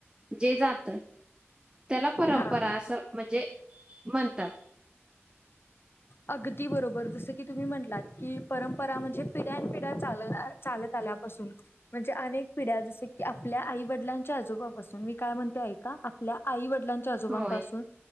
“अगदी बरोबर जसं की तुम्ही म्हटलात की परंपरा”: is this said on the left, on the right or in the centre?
Left